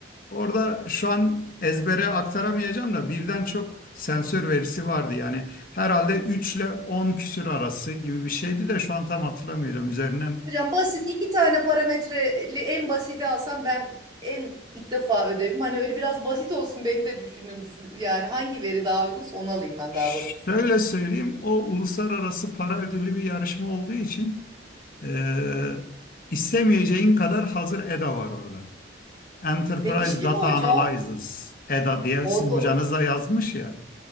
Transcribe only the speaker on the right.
Hocam basit iki tane parametreli en basiti alsam ben en ilk defa ödevim. Hani öyle biraz basit olsun beni de düşünün. Siz- Yani hangi veri daha uygunsa onu alayım ben
daha basitse.
Peki şey
mi hocam?
Orada